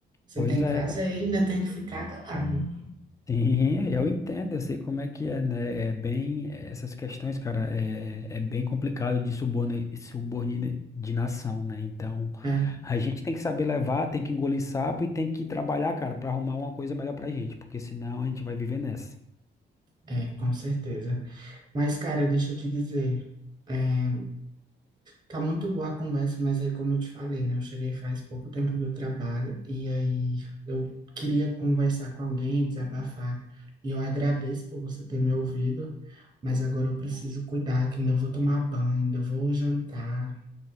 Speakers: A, on the right; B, on the left.
A: Você
B: Pois
A: tem
B: é.
A: que fazer, ainda tem que ficar calado.
B: Sim, eu entendo, eu sei como é que é, né? É bem, essas questões, cara, é, é bem complicado de suborne- subordinação, né? Então,
A: É,
B: a gente tem que saber levar, tem que engolir sapo e tem que trabalhar, cara, para arrumar uma coisa melhor pra gente, porque senão a gente vai viver nessa.
A: é, com certeza. Mas, cara, deixa eu te dizer, é, Tá muito boa a conversa, mas aí, como eu te falei, né? Eu cheguei faz pouco tempo do trabalho e aí eu queria conversar com alguém, desabafar. E eu agradeço por você ter me ouvido, mas agora eu preciso cuidar, que ainda vou tomar banho, ainda vou jantar.